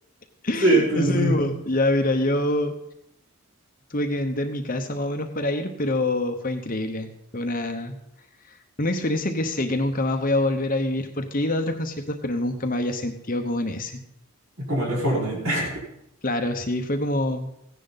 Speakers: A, on the left; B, on the right.
A: <laughs>
B: Sí, sí,
A: ese
B: sí.
A: mismo. Ya, mira, yo tuve que vender mi casa más o menos para ir, pero fue increíble. Fue una, una experiencia que sé que nunca más voy a volver a vivir porque he ido a otros conciertos, pero nunca me había sentido como en ese.
B: Como el de Fortnite. <laughs>
A: Claro, sí, fue como